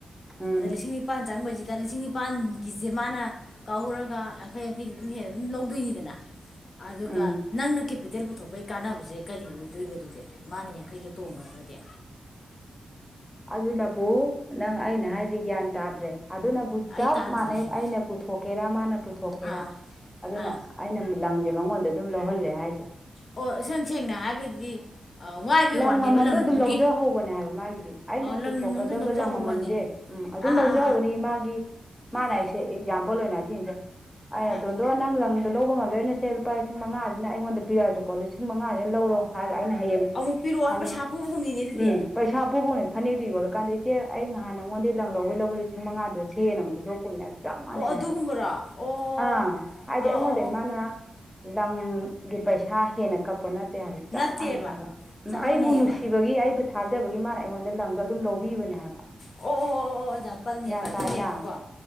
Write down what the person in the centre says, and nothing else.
ꯎꯝ
ꯎꯝ
ꯑꯗꯨꯅꯕꯨ ꯅꯪ ꯑꯩꯅ ꯍꯥꯏꯁꯦ ꯒ꯭ꯌꯥꯟ ꯇꯥꯗ꯭ꯔꯦ ꯑꯗꯨꯅꯕꯨ
ꯆꯞ
ꯃꯥꯟꯅꯩ
ꯑꯩꯅ ꯄꯨꯊꯣꯛꯀꯦꯔꯥ ꯃꯥꯅ ꯄꯨꯊꯣꯛꯀꯦꯔꯥ
ꯑꯗꯨꯅ
ꯑꯩꯅ ꯂꯪꯖꯦ ꯃꯉꯣꯟꯗ ꯑꯗꯨꯝ ꯂꯧꯍꯜꯂꯦ ꯍꯥꯏꯁꯦ
ꯂꯪ
ꯃꯃꯜꯗꯣ
ꯑꯗꯨꯝ ꯂꯧꯖꯍꯧꯕꯅꯦ ꯍꯥꯏꯕ ꯃꯥꯒꯤꯗꯤ ꯑꯩꯅ ꯄꯨꯊꯣꯛꯀꯗꯕ
ꯂꯪ ꯃꯃꯜꯁꯦ
ꯎꯝ ꯑꯗꯨꯝ
ꯂꯧꯖꯍꯧꯕꯅꯤ
ꯃꯥꯒꯤ ꯃꯥꯅ
ꯑꯩꯁꯦ ꯑꯦꯛꯖꯥꯝꯄꯜ ꯑꯣꯏꯅ ꯁꯤꯁꯤꯡꯁꯦ ꯑꯩꯩꯅ
ꯇꯣꯟꯗꯣꯟ ꯅꯪ ꯂꯪꯗꯣ ꯂꯧꯕ ꯉꯝꯗ ꯂꯣꯏꯅ ꯁꯦ ꯂꯨꯄꯥ ꯂꯤꯁꯤꯡ ꯃꯉꯥꯁꯤꯅ ꯑꯩꯉꯣꯟꯗ ꯄꯤꯔꯛꯑꯁꯨꯀꯣ ꯂꯤꯁꯤꯡ ꯃꯉꯥꯁꯤꯅ ꯂꯧꯔꯣ ꯍꯥꯏꯔꯒ ꯑꯩꯅ ꯍꯌꯦꯡ
ꯎꯝ
ꯄꯩꯁꯥ ꯊꯣꯛꯄ ꯐꯅꯦꯛ ꯐꯅꯦꯛꯇꯣ ꯌꯣꯜꯂꯀꯥꯟꯗ ꯏꯆꯦ ꯑꯩ ꯉꯍꯥꯟ ꯅꯉꯣꯟꯗ ꯂꯡ ꯂꯧꯕ ꯂꯤꯁꯤꯡ ꯃꯉꯥꯗꯣ ꯁꯦꯅ ꯑꯃꯨꯛ ꯄꯤꯊꯣꯛꯀꯨꯝꯕꯅꯦ ꯆꯞ ꯃꯥꯟꯅꯩ
ꯍꯥꯏꯕ
ꯑꯥ ꯍꯥꯏꯗꯤ
ꯑꯩꯉꯣꯟꯗꯩ
ꯃꯥꯅ ꯂꯪ ꯒꯤ ꯄꯩꯁꯥ ꯍꯦꯟꯅ ꯀꯛꯄ ꯅꯠꯇꯦ ꯍꯥꯏꯕꯗꯤ ꯆꯞ
ꯃꯥꯟꯅꯩ ꯍꯥꯏꯕ ꯎꯝ
ꯑꯩꯕꯨ
ꯅꯨꯡꯁꯤꯕꯒꯤ ꯑꯩꯕꯨ ꯊꯥꯖꯕꯒꯤ ꯃꯥꯅ ꯑꯩꯉꯣꯟꯗ ꯂꯪꯗꯣ ꯑꯗꯨꯝ ꯂꯧꯕꯤꯕꯅꯦ ꯍꯥꯏꯕ
ꯒ꯭ꯌꯥꯟ
ꯇꯥꯏꯅ